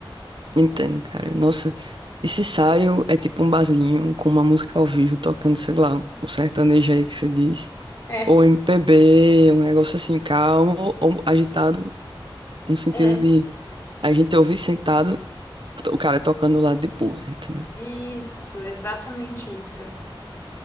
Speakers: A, on the right; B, on the left.
A: Entendo, cara. Nossa, esse ensaio é tipo um barzinho com uma música ao vivo tocando, sei lá, o sertanejo aí que você diz.
B: É.
A: Ou MPB, um negócio assim, calmo ou agitado, no sentido
B: É.
A: de a gente ouvir sentado o cara tocando do lado de boa, entendeu?
B: Isso, exatamente isso.